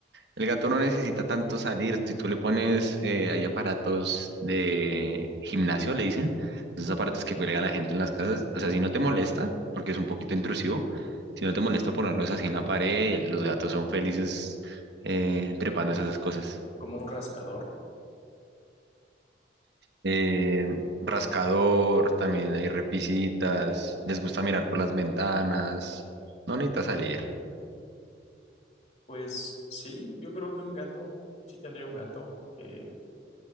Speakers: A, on the right (about 75°); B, on the left (about 40°).
A: El gato no necesita tanto salir. Si tú le pones, eh, hay aparatos de gimnasio, le dicen, esos aparatos que cuelga la gente en las casas. O sea, si no te molesta, porque es un poquito intrusivo, si no te molesta ponerlos así en la pared, los gatos son felices eh, trepándose esas cosas.
B: Como un rascador,
A: Eh, rascador, también hay repisitas, les gusta mirar por las ventanas. No necesita salir.
B: Pues sí, yo creo que un gato, sí tendría un gato. Eh,